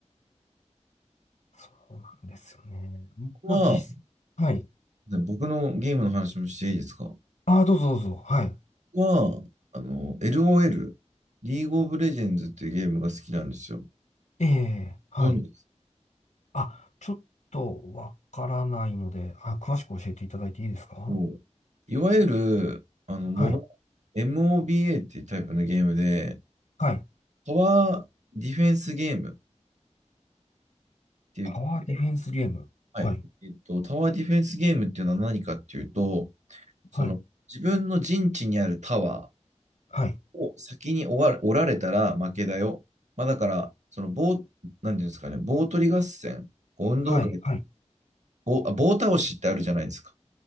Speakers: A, on the left; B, on the right.
A: そうなんですよね。
B: ここは、
A: まあ、実、はい。
B: ね僕のゲームの話もしていいですかこ
A: ああ、どうぞどうぞ。はい。
B: こは、あの、LOL、リーグオブレジェンズっていうゲームが好きなんですよ。
A: ええ、はい。
B: ご存知ですか。
A: あ、ちょっとわからないので、あ、詳しく教えていただいていいですか
B: ういわゆる、あの、モバ
A: はい。
B: MOBA っていうタイプのゲームで、
A: はい。
B: タワーディフェンスゲームっていう、
A: パワーディフェンスゲーム。
B: はい、
A: はい。
B: えっと、タワーディフェンスゲームっていうのは何かっていうと、その、
A: はい。
B: 自分の陣地にあるタワー
A: はい。
B: を先に終わおられたら負けだよ。まあ、だから、その棒、なんていうんですかね、棒取り合戦、こう運動会、
A: はい。はい。
B: 棒、あ、棒倒しってあるじゃないですか。